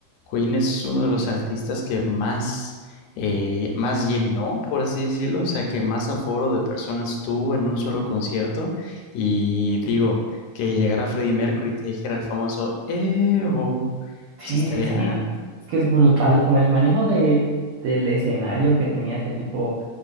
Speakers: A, on the left; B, on the right.
A: Queen es uno de los artistas que más, eh, más llenó, por así decirlo, o sea, que más aforo de personas tuvo en un solo concierto. Y digo, que llegara Freddie Mercury y te dijera el famoso, eh, oh,
B: Sí,
A: sí estaría,
B: sí, sí. Es que es brutal como el manejo de, del escenario que tenía ese tipo